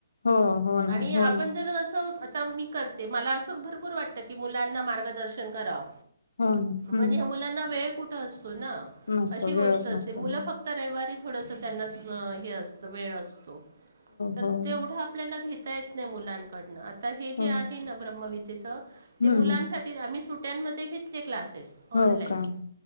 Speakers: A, on the left (about 70°); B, on the right (about 55°).
A: हो हो ना
B: आणि
A: हो
B: आपण
A: ना
B: जर अस आता मी कर मला असं भरपूर वाटत की मुलांना मार्गदर्शन कराव
A: हो ना हम्म
B: पण हया मुलांना वेळ कुठं असतो ना
A: नसतो
B: अशी गोष्ट
A: वेळच
B: असते
A: नसतो
B: मुलं
A: हो
B: फक्त रविवारी थोडस त्यांना हे असत वेळ असतो तर
A: हो हो
B: तेवढं आपल्या घेत य नाही मुलांकडन आ हे जे
A: हम्म
B: आहे ना ब्रह्मवितेचा ते
A: हम्म
B: मुलांसाठी आम्ही सुट्ट्यांमध्ये घेतले क्लासेस ऑनलाईन
A: हो काम